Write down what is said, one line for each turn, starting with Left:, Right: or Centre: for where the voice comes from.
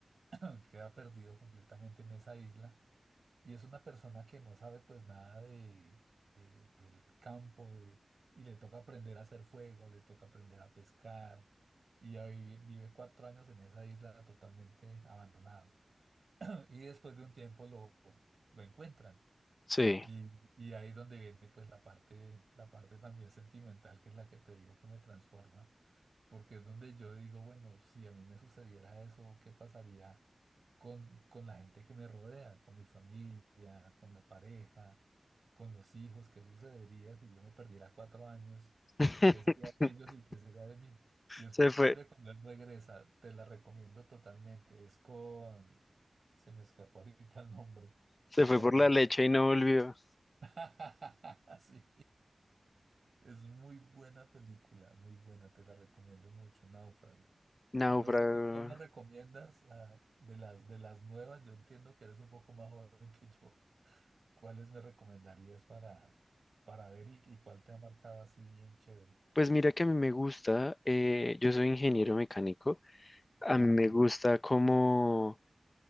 Right: <clears throat> Queda perdido completamente en esa isla. Y es una persona que no sabe pues nada de, de- del campo de, y le toca aprender a hacer fuego, le toca aprender a pescar y a vivir. Vive cuatro años en esa isla totalmente abandonado. <clears throat> Y después de un tiempo lo, lo encuentran
Left: Sí.
Right: y, y ahí es donde viene pues la parte, la parte también sentimental, que es la que te digo que me transforma, porque es donde yo digo, bueno, si a mí me sucediera eso, ¿qué pasaría con, con la gente que me rodea, con mi familia, con la pareja, con los hijos? ¿Qué sucedería si yo me perdiera cuatro años?
Left: <laughs>
Right: ¿Qué sería de ellos y qué sería de mí? Y es
Left: Se
Right: muy
Left: fue,
Right: chévere cuando él regresa, te la recomiendo totalmente, es con, se me escapó ahorita el nombre.
Left: se fue
Right: Con
Left: por
Right: Tom
Left: la leche y no volvió.
Right: <laughs> Sí, es muy buena película, muy buena, te la recomiendo mucho, Náufrago.
Left: Náufrago.
Right: Y no sé, ¿tú cuál me recomiendas ah, de las, de las nuevas? Yo entiendo que eres un poco más joven que yo. ¿Cuáles me recomendarías para, para ver y, y cuál te ha marcado así bien chévere?
Left: Pues mira que a mí me gusta, eh, yo soy ingeniero mecánico, a
Right: Ah,
Left: mí me
Right: qué
Left: gusta
Right: bien.
Left: como,